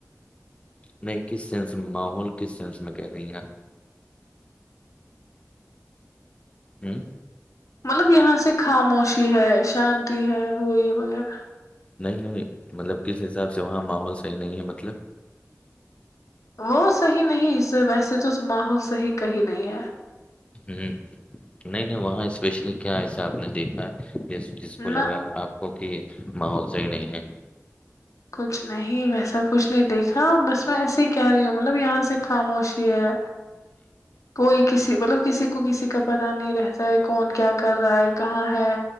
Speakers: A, on the left; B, on the left.
A: نہیں کس سینس میں ماحول کس سینس میں کہہ رہی ہیں آپ ہوں
B: مطلب یہاں سے خاموشی ہے شانتی ہے وہ یہ وغیرہ
A: نہیں نہیں مطلب کس حساب سے وہاں ماحول صحیح نہیں ہے مطلب
B: وہ صحیح نہیں ویسے تو ماحول صحیح کا ہی نہیں ہے
A: ہوں نہیں نہیں وہاں اسپیشلی کیا ایسا آپ نے دیکھا ہے ج جس کو
B: نہ
A: لگا آپ کو کہ ماحول صحیح نہیں ہے
B: کچھ نہیں ویسا کچھ نہیں دیکھا بس میں ایسے ہی کہہ رہی ہوں مطلب یہاں سے خاموشی ہے کوئی کسی مطلب کسی کو کسی کا پتاہ نہیں رہتا ہے کون کیا کر رہا ہے کہاں ہے